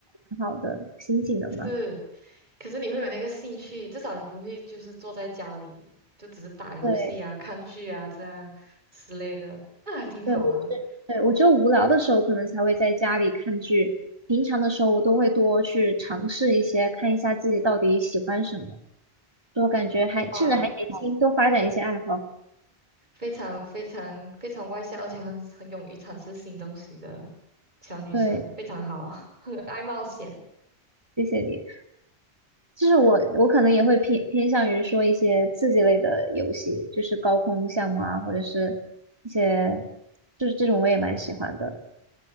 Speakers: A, on the right; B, on the right.
A: 挺好的新技能嘛。
B: 是。可是你会有那个兴趣，至少你不会就是坐在家里，就只是打游戏啊、
A: 对
B: 看剧啊这样之类的，那还挺好的。
A: 嗯对，我只对我只有无聊的时候可能才会在家里看剧，平常的时候我都会多去尝试一些，看一下自己到底喜欢什么，就感觉还甚至还年轻，
B: 哇，
A: 多发展一些爱好。
B: 非常非常非常外向，而且很很勇于尝试新东西的小女生，
A: 对，
B: 非常好，<laughs> 很爱冒险，
A: 谢谢你。就是我我可能也会偏偏向于说一些刺激类的游戏，就是高空项目啊，或者是一些就是这种我也蛮喜欢的，